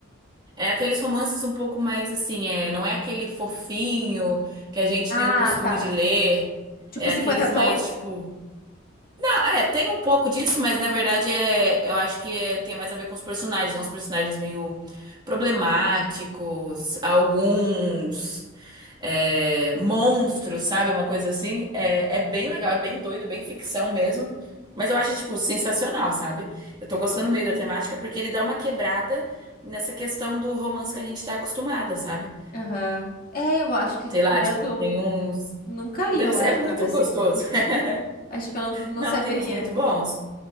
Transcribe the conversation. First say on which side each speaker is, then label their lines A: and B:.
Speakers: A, on the right (about 20°); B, on the left (about 45°).
A: É aqueles romances um pouco mais assim, é, não é aquele fofinho que a gente
B: Ah,
A: tem o costume
B: tá.
A: de ler,
B: Tipo
A: é
B: cinquenta
A: aqueles
B: tons?
A: mais tipo, não, é, tem um pouco disso, mas na verdade é, eu acho que é- tem mais a ver com os personagens, é uns personagens meio problemáticos, alguns é, monstros, sabe? Uma coisa assim. É, é bem legal, é bem doido, bem ficção mesmo. Mas eu acho, tipo, sensacional, sabe? Eu tô gostando meio da temática porque ele dá uma quebrada nessa questão do romance que a gente tá acostumada, sabe?
B: Aham. É, eu acho que tirando.
A: Sei lá, tipo, tem uns.
B: Nunca li,
A: Deve
B: eu
A: ser...
B: acho,
A: É muito
B: nada assim.
A: gostoso. <laughs>
B: Acho que eu não, não
A: Não,
B: saberia.
A: tem uns muito bons.